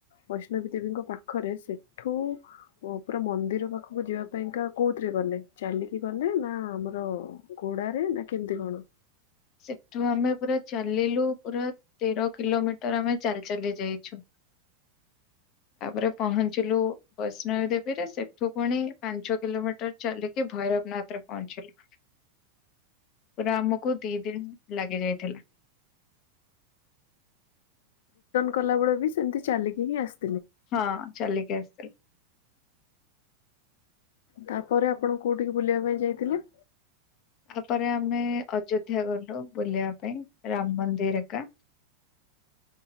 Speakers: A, on the left; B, on the left.
A: ବୈଷ୍ଣବୀ ଦେବୀଙ୍କ ପାଖରେ ସେଠୁ ପୁରା ମନ୍ଦିର ପାଖକୁ ଯିବା ପାଇଁକା କୋଉଥିରେ ଗଲେ ଚାଲିକି ଗଲେ ନା ଆମର ଘୋଡାରେ ନା କେମିତି କଣ?
B: ସେ ଠୁ ଆମେ ପୁରା ଚାଲିଲୁ ପୁରା ତେର କିଲୋମିଟର ଆମେ ଚାଲି ଚାଲି ଯାଇଛୁ ତାପରେ ପହଞ୍ଚିଲୁ ବୈଷ୍ଣବ ଦେବୀରେ ସେଠୁ ପୁଣି ପାଞ୍ଚ କିଲୋମିଟର ଚାଲିକି ଭୈରବନାଥରେ ପହଞ୍ଚିଲୁ। ପୁରା ଆମକୁ ଦି ଦିନ ଲାଗି ଯାଇଥିଲା।
A: ଗଲା ବଳେ ବି ସେମିତି ଚାଲିକି ହିଁ ଆସିଛି
B: ହଁ ଚାଲିକି ଆସିଥିଲେ।
A: ତାପରେ ଆପଣ କୋଉଠିକି ବୁଲିବା ପାଇଁ ଯାଇଥିଲେ?
B: ତାପରେ ଆମେ ଅଯୋଧ୍ୟା ଗଲୁ ବୁଲିବା ପାଇଁ। ରାମ ମନ୍ଦିର ଏକା।